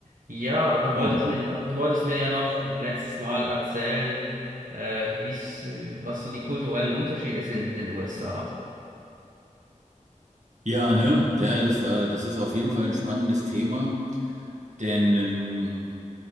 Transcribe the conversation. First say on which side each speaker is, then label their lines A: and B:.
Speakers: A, on the right; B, on the right.
A: Ja, du wolltest
B: Oh.
A: mir ja, du wolltest mir ja noch äh, letztes Mal erzählen, äh, wie's, äh, was so die kulturellen Unterschiede sind in den USA.
B: Ja, ne? Ja, das war, das ist auf jeden Fall ein spannendes Thema, denn ähm,